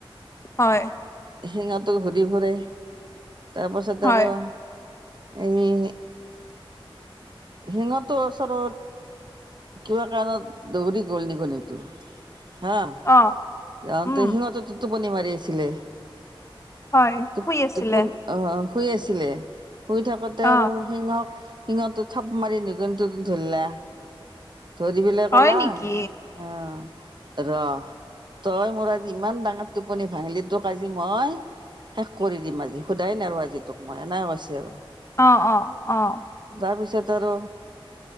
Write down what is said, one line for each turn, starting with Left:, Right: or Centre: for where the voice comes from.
Left: হয়।
Right: সিংহটো ঘূৰি ফুৰে তাৰপাছত
Left: হয়
Right: আৰু- এই- সিংহটোৰ ওচৰত কিবা কাৰণত দৌৰি গ'ল নিগনি- টো হা,
Left: অ
Right: যাওঁতে
Left: উম
Right: সিংহটোতো টোপনি মাৰি আছিলে।
Left: হয়
Right: টোপ
Left: শুই আছিলে
Right: টোপনি আহ শুই আছিলে, শুই থাকোতে- তেওঁ
Left: অ
Right: আৰু সিংহক সিংহটো থাপ মাৰি নিগুনিটো ধৰিলা। ধৰি পেলাই
Left: হয়
Right: কলা,
Left: নেকি
Right: আহ ৰহ- তই মোৰ আজি ইমান ডাঙৰ টোপনি ভাঙিলি, তোক আজি মই- শেষ কৰি দিম আজি, সোধাই নেৰু আজি তোক মই, এনে কৈছে আৰু।
Left: অঁ, অঁ, অঁ।
Right: তাৰপিছত আৰু-